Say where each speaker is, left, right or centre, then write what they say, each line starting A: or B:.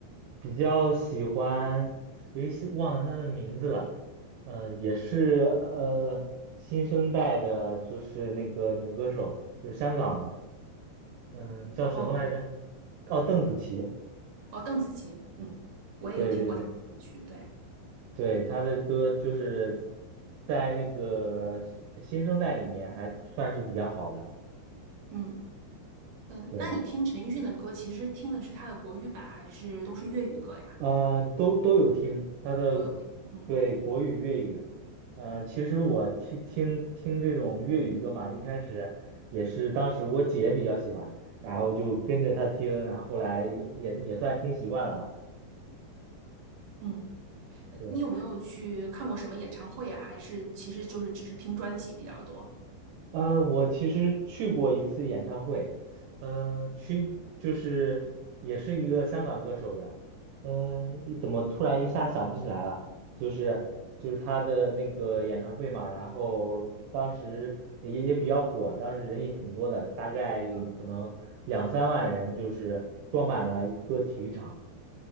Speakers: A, on the right; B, on the right.
A: 比较喜欢，诶，是忘了她的名字了，呃，也是呃新生代的，就是那个女歌手，就是香港的，嗯，叫什么来着？
B: 哦
A: 哦，邓紫棋，
B: 哦，邓紫棋，嗯，我也有听过她的歌曲，
A: 对对对
B: 对，
A: 对，她的歌就是在那个新新生代里面还算是比较好的了，
B: 嗯嗯，呃那你听陈奕迅的歌，
A: 对。
B: 其实听的是他的国语版，还是都是粤语歌呀？
A: 呃，都都有听他的，
B: 都有听，嗯
A: 对，国语、粤语。嗯，其实我听听听这种粤语歌嘛，一开始也是当时我姐比较喜欢，然后就跟着她听，然后后来也也也算听习惯了吧。
B: 嗯。呃你有没有去看过什么演唱会啊？
A: 对。
B: 还是其实就是只是听专辑比较多？
A: 呃，我其实去过一次演唱会，呃，去就是也是一个香港歌手的，呃，一怎么突然一下想不起来了？就是就是他的那个演唱会嘛，然后当时也也比较火，当时人也挺多的，大概有可能两三万人，
B: 嗯
A: 就是装满了一个体育场。